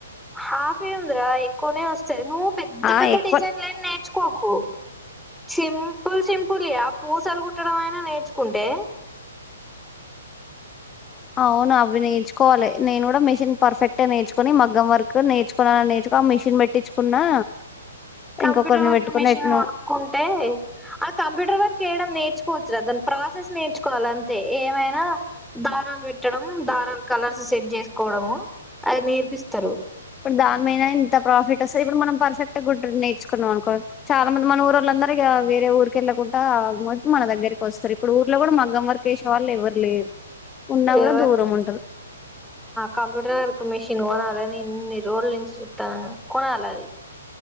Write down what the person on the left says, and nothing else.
ఆ
ఎక్కువ
అవునా ఇవి నేర్చుకోవాలి నేను కూడ మిషన్ పర్ఫెక్ట్ గా నేర్చుకుని మగ్ం వర్క్ నేర్చుకోల నేర్చుకో ఆ మిషిన్ పెట్టించుకున్నా
ఇంకొకరిని
పెట్టుకుని
ఎట్నో
ఇప్పుడు దాన్ మహైన ఎంత ప్రాఫిట్ వస్తుంది ఇప్పుడు మనం పర్ఫెక్ట్గా గు నేర్చుకున్నాం అనుకో చాలా మంది మన ఊర్ళ్ళందర ఇక వేరే ఊరిక వెళ్ళకుండా ఆ మో మన దగ్గరికి వస్తారు ఇప్పుడు ఊర్లో కూడా మగ్గం వర్కసే వాళ్ళు ఎవ్వరు లేరు ఉన్నా కూడా
దూరం ఉంటారు